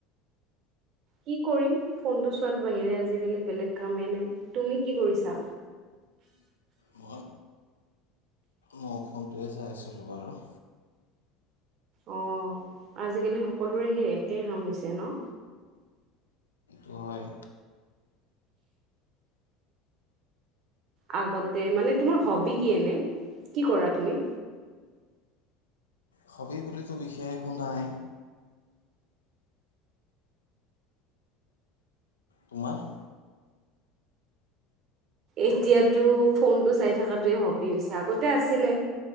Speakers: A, on the right (about 50°); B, on the left (about 80°).
A: কি কৰিম ফোনটো চোৱাত বাহিৰে আজিকালি বেলেগ কামেই নাই তুমি কি কৰিছা
B: মই মোৰ ফোনটোৱে চাই আছিলোঁ বাৰু
A: অ' আজিকালি সকলোৰে সেই একেই কাম হৈছে ন
B: অহ হয়
A: আগতে মানে তোমাৰ হবি কি এনে? কি কৰা তুমি?
B: হবি বুলিতো বিশেষ একো নাই। তোমাৰ?
A: এতিয়াতো ফোনতটো চাই থকাতোৱে হবি হৈছে, আগতে আছিলে।